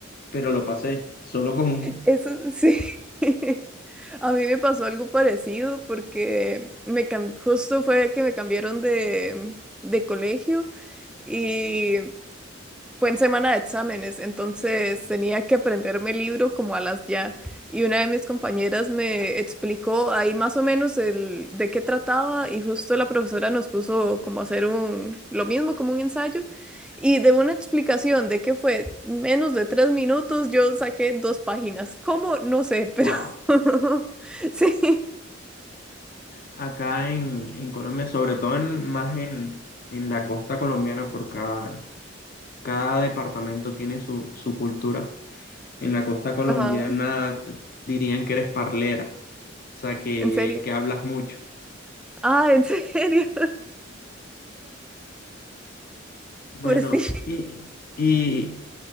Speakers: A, on the left (about 45°); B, in the centre.
A: pero lo pasé solo con...
B: Eso sí. <laughs> A mí me pasó algo parecido porque me cam- justo fue que me cambiaron de, de colegio. Y fue en semana de exámenes, entonces tenía que aprenderme el libro como a las ya. Y una de mis compañeras me explicó ahí más o menos el de qué trataba y justo la profesora nos puso como a hacer un lo mismo como un ensayo y de una explicación de qué fue menos de tres minutos yo saqué dos páginas. ¿Cómo? No sé, pero
A: ¡Wow!
B: <laughs> sí.
A: Acá en, en Colombia, sobre todo en, más en, en la costa colombiana, porque cada, cada departamento tiene su, su cultura. En la costa colombiana
B: Ajá,
A: te- dirían que eres parlera, o sea, que,
B: en serio.
A: que hablas mucho.
B: Ah, en serio. <laughs>
A: Bueno,
B: Pues sí,
A: y, y